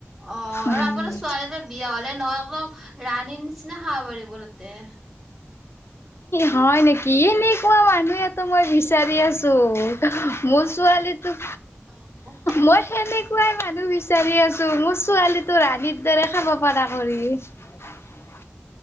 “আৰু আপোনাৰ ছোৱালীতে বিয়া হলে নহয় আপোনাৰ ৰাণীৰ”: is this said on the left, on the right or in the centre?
Centre